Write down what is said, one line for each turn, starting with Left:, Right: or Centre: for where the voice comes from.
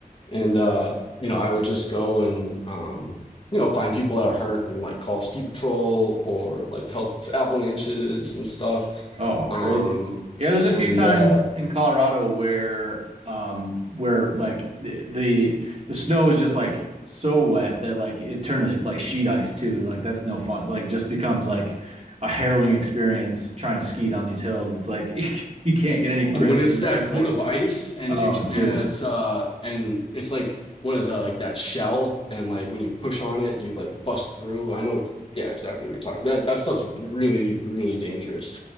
Left: and uh you know i would just go and um you know find people that are hurt and like call ski patrol or like help with avalanches and stuff
Right: Oh,
Left: um
Right: crazy. Yeah, there's a
Left: and
Right: few times
Left: uh
Right: in Colorado where um where like the the, the snow is just like so wet that like it turned to like sheet ice too and like that's no fun. Like just becomes like a harrowing experience trying to ski down these hills. It's like <laughs> you can't get any
Left: Oh,
Right: grip
Left: when
Right: because
Left: it's
Right: it's
Left: that
Right: just
Left: coat
Right: like
Left: of ice and
Right: oh
Left: you
Right: dude.
Left: and it's uh and it's like what is that like that shell and like when you push on it you like bust through. I know yeah exactly what you're talking. That that stuff's really really dangerous.